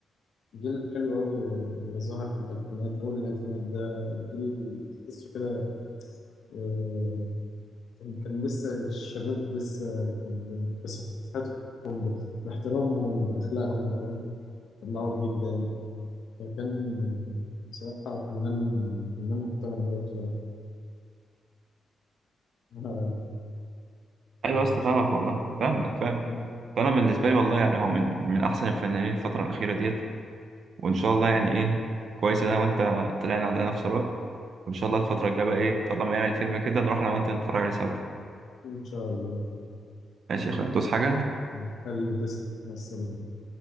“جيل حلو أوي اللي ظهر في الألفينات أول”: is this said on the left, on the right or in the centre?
Left